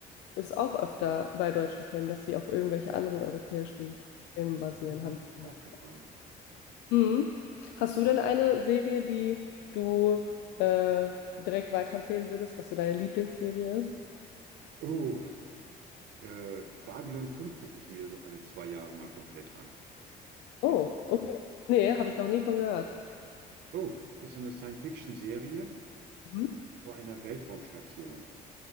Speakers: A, on the left; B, on the right.
A: ist auch öfter bei deutschen Filmen, dass sie auf irgendwelche anderen europäischen Filmen
B: Das
A: basieren,
B: ist mir so
A: habe
B: noch
A: ich
B: nicht
A: gehört.
B: aufgefallen.
A: Mhm. Hast du denn eine Serie, die du äh, direkt weiterempfehlen würdest, was so deine Lieblingsserie ist?
B: Oh, äh, Babylon fünf gucke ich mir so alle zwei Jahre mal komplett an.
A: Oh,
B: Kennst du?
A: okay. Nee, habe ich noch nie von gehört.
B: Oh, das ist so eine Science-Fiction-Serie
A: Mhm.
B: zu einer Weltraumstation.